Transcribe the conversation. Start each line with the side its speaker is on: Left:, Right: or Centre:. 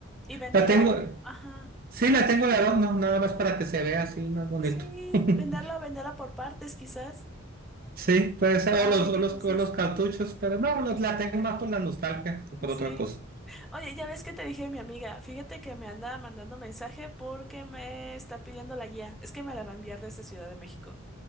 Centre: y venderla.
Right: La tengo,
Centre: Ajá.
Right: sí, la tengo de adorno, no, nada más para que se vea así más bonito.
Centre: Sí,
Right: <laughs>
Centre: venderla, venderla por partes quizás.
Right: Sí, puede ser,
Centre: Ay,
Right: o los, o
Centre: qué
Right: los,
Centre: cosas.
Right: o los cartuchos, pero no, los- la tengo más por la nostalgia que por
Centre: Sí.
Right: otra cosa.
Centre: Oye, ya ves que te dije mi amiga, fíjate que me anda mandando mensaje porque me está pidiendo la guía. Es que me la va a enviar desde Ciudad de México.